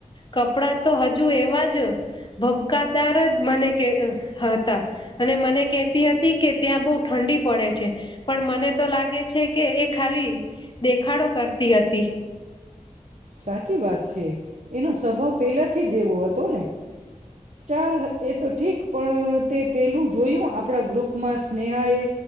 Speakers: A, on the left (about 35°); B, on the right (about 65°).
A: કપડાં તો હજુ એવા જ ભબકાદાર જ મને હતા અને મને કેહેતી હતી કે ત્યાં બહુ ઠંડી પડે છે પણ મને તો લાગે છે કે એ ખાલી દેખાડો કરતા હતી હતી હતી
B: સાચી વાત છે એનો સ્વભાવ પહેલાથી જેવો હતો ને ચાલ એ તો ઠીક પણ તે પેલું જ જોયું આપણા ગ્રુપમાં સ્નેહાએ